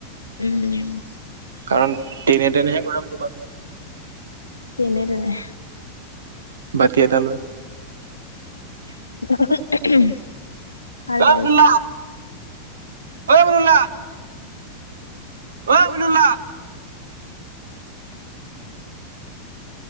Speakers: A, on the left; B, on the right.
A: উম।
B: কাৰণ ট্ৰেইনে ট্ৰেইনেহে ঘূৰাম তোমাক।
A: ট্ৰেইনে ট্ৰেইনে!
B: বাতি এটা লৈ!
A: <inaudible> ভাল
B: <inaudible>
A: লাগিলে
B: <inaudible>